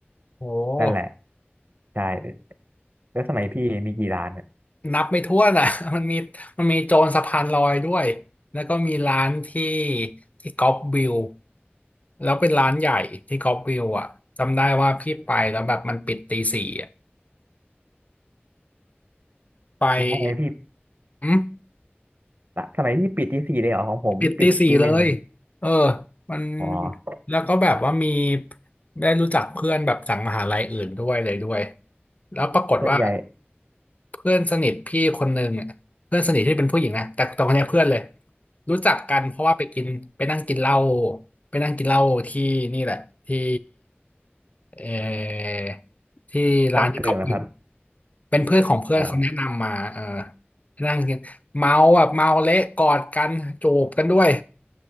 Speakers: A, on the left (about 35°); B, on the right (about 50°).
A: โอ้
B: นั่นแหละใช่แล้วสมัยพี่มีกี่ร้านอะ
A: นับไม่ถ้วนอ่ะ <laughs> มันมีมันมีโจรสะพานลอยด้วยแล้วก็มีร้านที่ที่ก๊อปวิวแล้วเป็นร้านใหญ่ที่ก๊อปวิวอ่ะจำได้ว่าพี่ไปแล้วแบบมันปิดตีสี่อ่ะไป
B: สมัยพี่
A: อืม
B: สมัยพี่ปิดตีสี่เลยเหรอของผมปิดตีหนึ่ง
A: ปิดตีสี่เลยเออมัน
B: อ๋อ
A: แล้วก็แบบว่ามีได้รู้จักเพื่อนแบบจากมหาลัยอื่นด้วยเลยด้วยแล้วปรากฏว่า
B: ส่วนใหญ่
A: เพื่อนสนิทพี่คนหนึ่งอะเพื่อนสนิทที่เป็นผู้หญิงนะแต่ตอนนี้เพื่อนเลย รู้จักกันเพราะว่าไปกินไปนั่งกินเหล้าไปนั่งกินเหล้าที่นี่แหละ ที่เออที่ร้านที่เขาอยู่
B: ก้ำกึ่งนะครับ
A: เป็นเพื่อนของเพื่อนเขาแนะนำมาเออ
B: อ๋อ
A: นั่งกินเมาแบบเมาเละกอดกันจูบกันด้วย